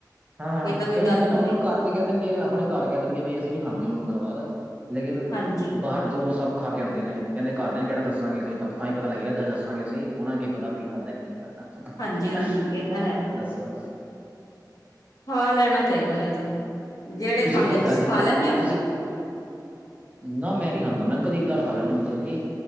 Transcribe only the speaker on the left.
ਇਹ ਤਾਂ ਕੋਈ
ਗੱਲ
ਨਹੀਂ
ਹੋਈ
ਹਾਂਜੀ
ਹਾਂਜੀ ਹਾਂਜੀ ਇਹ ਤਾਂ ਹੈ
ਖਾ ਲੈਣਾ ਚਾਹੀਦਾ ਵੈਸੇ ਜਿਹੜੇ ਖਾਂਦੇ
ਨੇ ਤੁਸੀਂ
ਖਾ ਲੈਂਦੇ ਹੋ?